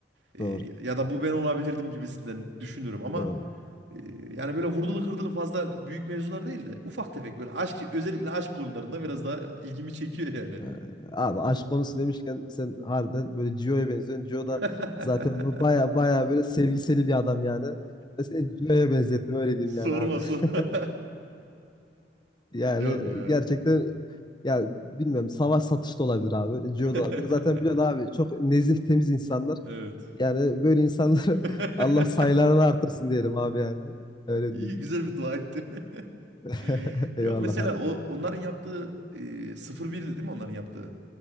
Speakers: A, on the right; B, on the left.
A: Eee,
B: doğru
A: ya da bu ben olabilirdim gibisinden düşünürüm ama
B: doğru.
A: eee, yani böyle vurdulu kırdılı fazla büyük mevzular değil de ufak tefek böyle aşk özellikle aşk konularında biraz daha ilgimi çekiyor yani.
B: Ee, Abi aşk konusu demişken sen harbiden böyle Gio'ya benziyorsun. Gio
A: <laughs>
B: da zaten bu baya baya böyle sevgiseli bir adam yani. Ben seni Gio'ya benzettim öyle diyeyim
A: Sorma
B: yani abi.
A: sorma.
B: <laughs>
A: <laughs>
B: Yani
A: Yok ya.
B: gerçekten yani bilmiyorum savaş satış da olabilir abi. Gio
A: <laughs>
B: da olabilir. Zaten biliyorsun abi çok nezih temiz insanlar.
A: Evet.
B: Yani böyle insanları
A: <laughs>
B: <laughs> Allah sayılarını artırsın diyelim abi yani. Öyle
A: İyi
B: diyeyim.
A: güzel bir dua ettin. <laughs>
B: <laughs> Eyvallah
A: Yok mesela
B: abi.
A: o onların yaptığı e, 0-1'di değil mi onların yaptığı?